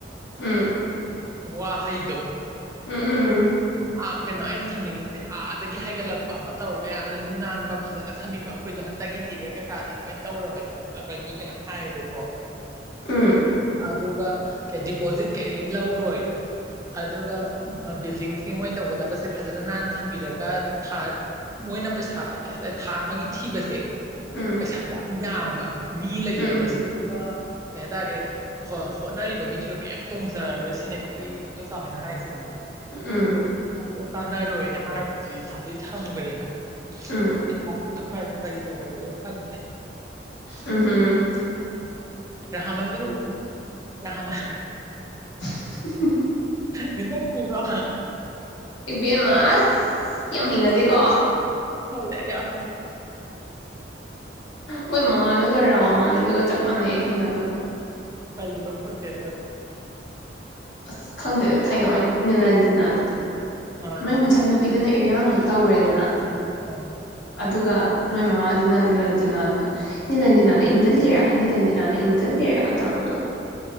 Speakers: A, on the left; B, on the right.
A: ꯎꯝ
B: ꯋꯥꯍꯩꯗꯣ
A: ꯎꯝ ꯎꯝ
B: ꯍ ꯀꯩꯅꯣ ꯑꯩꯅ ꯊꯝꯅꯤꯡꯉꯤꯁꯦ ꯑꯥꯗꯒꯤ ꯍꯥꯏꯒꯠꯂꯛꯄ ꯑꯃ ꯇꯧꯔꯒ ꯌꯥꯝꯅ ꯂꯨ ꯅꯥꯟꯕ ꯐꯖꯅ ꯊꯝꯕꯤꯕ ꯑꯩꯈꯣꯏꯗꯣ ꯍꯟꯗꯛ ꯏꯟꯇꯤꯔꯤꯌꯔ ꯀꯩꯀꯥꯗꯣ ꯂꯣꯏ ꯇꯧꯔꯕꯅꯤ ꯈꯣꯠꯂꯕꯅꯤ ꯃꯤ ꯀꯌꯥꯝ ꯍꯥꯏꯌꯦꯕꯀꯣ
A: ꯎꯝ
B: <unintelligible> ꯑꯗꯨꯒ ꯗꯤꯄꯣꯖꯤꯠ ꯀꯔꯤꯝ ꯂꯧꯔꯣꯏ ꯑꯗꯨꯒ ꯕꯤꯜꯗꯤꯡꯁꯦ ꯃꯣꯏꯅ ꯇꯧꯒꯗꯕꯁꯦ ꯐꯖꯅ ꯅꯥꯟꯅ ꯊꯝꯕꯤꯔꯒ ꯊꯥ ꯃꯣꯏꯅ ꯄꯩꯁꯥ ꯀꯩ ꯍꯥꯏꯇꯥꯔꯦ ꯊꯥ ꯑꯃꯒꯤ ꯊꯤꯕꯁꯦ
A: ꯎꯝ
B: ꯄꯩꯁꯥꯥꯁꯦ ꯌꯥꯝ ꯌꯥꯝꯕ ꯃꯤ ꯂꯩꯔꯤꯕ
A: ꯎꯝ
B: ꯃꯁꯤꯡꯗꯨꯒ ꯑꯦ ꯇꯅꯤꯦ ꯍꯣꯏ ꯍꯣꯠꯅꯔꯤꯕ ꯃꯤꯗꯨꯗꯣ ꯀꯩꯝ ꯇꯣꯡꯖꯔꯔꯣꯏ ꯁꯤꯅꯦꯕ ꯑꯩꯈꯣꯏ ꯏꯟ ꯗꯣꯆꯥ ꯍꯣꯏꯅ ꯍꯥꯏꯁꯤꯅ
A: ꯎꯝ
B: ꯀꯩ ꯀꯥꯟꯅꯔꯣꯏꯅ ꯍꯥꯏꯔꯕꯗꯨꯗꯤ ꯊꯃꯗꯤ ꯊꯝꯈ꯭ꯔꯦꯕ
A: ꯎꯝ
B: ꯇꯂꯥꯗ ꯀꯔꯤ ꯇꯧꯕꯅꯣ ꯈꯪꯗꯦ
A: ꯎꯝ ꯎꯝ
B: ꯔꯍꯃꯟꯒꯗ ꯌꯥꯍꯃ
A: ꯎ
B: ꯅꯤꯡꯗꯕ꯭ꯔ
A: ꯏꯕꯦꯝꯃ ꯑꯁ ꯌꯥꯝ ꯍꯩꯅꯗꯦꯀꯣ
B: ꯌꯥꯗ
A: ꯃꯣꯏꯃꯥꯗꯨꯒ ꯔꯥꯎꯃꯟꯗꯨꯒ ꯆꯞ ꯃꯥꯟꯅꯩꯦ ꯍꯩꯅꯗꯕ
B: ꯍꯥꯏꯒꯤꯔꯣ ꯈꯗꯦ
A: ꯑꯁ ꯈꯪꯗꯦꯗ ꯊꯥꯏꯅ ꯑꯣꯏꯅ ꯅꯤꯜꯍꯟ ꯅꯥ ꯇ
B: ꯑꯥ
A: ꯃꯣꯏ ꯃꯆꯥꯅꯨꯄꯤꯗꯅ ꯏꯔꯥꯡꯗꯣ ꯇꯧꯔꯦꯗꯅ
B: ꯑ
A: ꯑꯗꯨꯒ ꯃꯣꯏ ꯃꯃꯥꯗꯨꯅ ꯅꯤꯂꯟꯖꯅꯥꯅ ꯅꯤꯂꯟꯖꯅꯥꯅ ꯏꯟꯁꯤ ꯂꯤꯔꯥ ꯅꯤꯂꯟꯖꯅꯥꯅ ꯏꯟꯁꯤꯂꯔ ꯇꯧꯔꯒ